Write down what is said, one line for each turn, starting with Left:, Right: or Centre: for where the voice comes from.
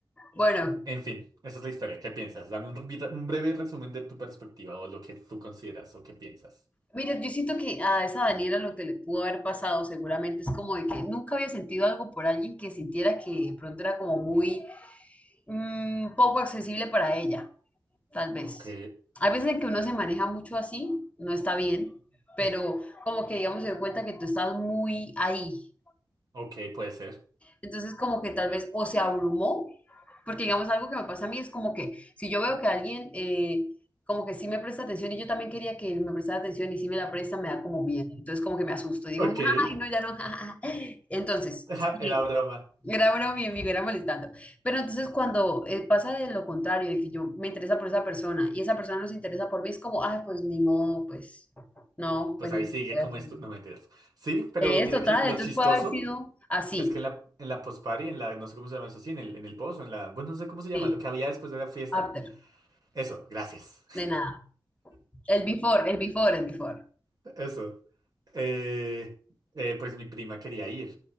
Left: Bueno,
Right: En fin, esa es la historia. ¿Qué piensas? Dame un, vi- un breve resumen de tu perspectiva o lo que tú consideras o qué piensas.
Left: mira, yo siento que a esa Daniela lo que le pudo haber pasado seguramente es como de que nunca había sentido algo por alguien que sintiera que de pronto era como muy mm, poco accesible para ella, tal vez.
Right: Ok,
Left: Hay veces en que uno se maneja mucho así, no está bien, pero como que digamos se dio cuenta que tú estás muy ahí
Right: ok, puede ser.
Left: Entonces como que tal vez o se abrumó, porque digamos algo que me pasa a mí es como que si yo veo que alguien eh, como que sí me presta atención y yo también quería que él me prestara atención y si me la presta me da como miedo, entonces como que me asusto y digo,
Right: Ok,
Left: ay, no,
Right: <laughs>
Left: ya no. <laughs> Entonces,
Right: ajá,
Left: sí,
Right: era broma.
Left: era broma mi amigo, era molestando. Pero entonces cuando eh, pasa de lo contrario, de que yo me interesa por esa persona y esa persona no se interesa por mí, es como, ay, pues ni modo, pues no,
Right: Pues
Left: pues
Right: ahí
Left: no
Right: sigue
Left: voy
Right: como
Left: a hacer
Right: esto.
Left: nada".
Right: No mentiras. Sí, pero
Left: Es
Right: mira
Left: total,
Right: que lo
Left: entonces
Right: chistoso
Left: puede haber sido así,
Right: es que en la, en la post-party, en la, no sé cómo se llama eso, sí, en el, en el post o en la, bueno, no sé cómo se llama,
Left: sí,
Right: lo que había después de la fiesta.
Left: after.
Right: Eso, gracias.
Left: De nada. El before, el before, el before.
Right: <laughs> Eso. Eh, eh, pues mi prima quería ir.